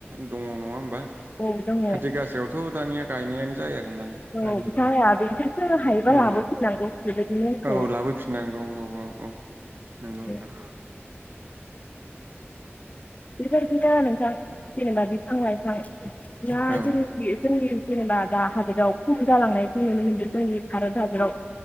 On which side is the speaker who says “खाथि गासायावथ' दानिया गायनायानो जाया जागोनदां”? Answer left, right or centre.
Right